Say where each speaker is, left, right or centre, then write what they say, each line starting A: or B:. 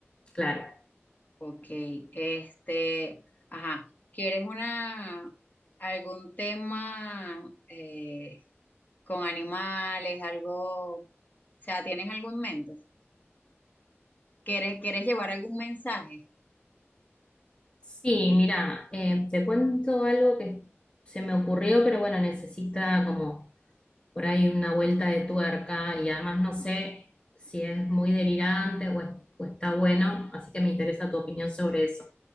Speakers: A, on the left; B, on the left.
A: Claro.
B: ok, este, ajá, ¿quieres una, algún tema eh, con animales, algo, o sea, ¿tienes algo en mente? ¿Quieres, quieres llevar algún mensaje?
A: Sí, mira, eh, te cuento algo que se me ocurrió, pero bueno, necesita como por ahí una vuelta de tuerca y además no sé si es muy delirante o, es- o está bueno, así que me interesa tu opinión sobre eso